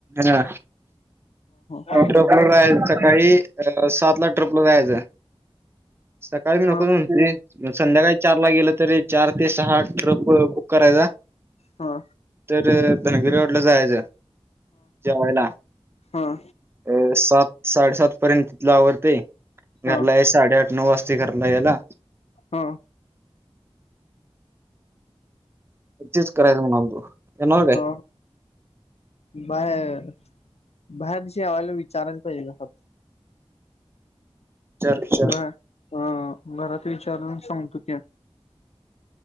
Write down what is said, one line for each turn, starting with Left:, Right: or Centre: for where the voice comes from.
Right: हा
Left: हा
Right: ट्रपलो जायचं सकाळी सात ला ट्रपलो जाहायचं सकाळी मी नकोच
Left: हा
Right: म्हणतोय रे संध्याकाळी. चार ला गेलं तरी चार ते सहा ट्रप बुक करायचा.
Left: हा
Right: तर धारवाडी लाख जायच जेवायला.
Left: हा
Right: अ सात साडेसात पर्यंत तिथल आवरतय घरला
Left: हा
Right: यायला साडेआठ नऊ वाजता चे घरला यायला
Left: हा
Right: तेच करायचं म्हग आम तो येणार काय
Left: हा बाहेर बाहेरशी यावायला विचारायला पाहिजे का
Right: चार
Left: ब अ घरात विचारून सांगतो की